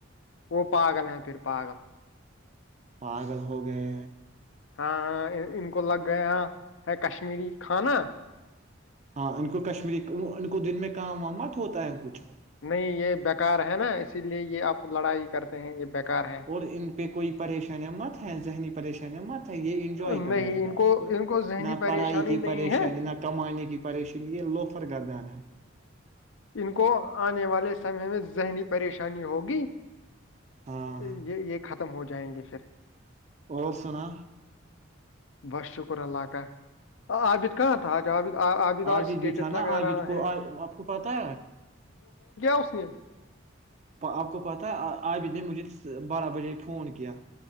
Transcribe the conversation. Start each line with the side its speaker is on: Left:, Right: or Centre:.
Left: وہ پاگل ہیں پھر پاگل
Right: پاگل ہو گئے
Left: ہاں ان کو لگ گیا ہے کشمیری کھانا
Right: ہاں ان کو کشمیری ان کو دن میں کام مت ہوتا ہے کچھ
Left: نہیں یہ بیکار ہے نا اسی لیے یہ آپ لڑائی کرتے ہیں یہ بیکار ہے
Right: اور ان پہ کوئی پریشانیاں مت ہیں ذہنی پریشانیاں مت یہ انجوائے
Left: نہیں
Right: کر رہے نا ان کو
Left: ذہنی
Right: نہ
Left: پریشانی
Right: پڑھائی کی
Left: نہیں
Right: پریشانی
Left: ہے
Right: نہ کمانے کی پریشانی یہ لوفر گردان ہے
Left: ان کو آنے والے سمے میں ذہنی پریشانی ہوگی
Right: ہاں
Left: یہ یہ خط ختم ہو جائیں گے پھر
Right: اور سنا
Left: بس شکر اللہ کا عابد کہاں تھا آج عابد آ- عابد آج
Right: آجد
Left: اسٹیٹس
Right: بھی تھا
Left: لگا
Right: نا آجد
Left: رہا
Right: کو
Left: ہے
Right: آپ پتا
Left: ک اس نہیں
Right: آپ کو پتا آب نے مجھے بارہ بجے فون کیا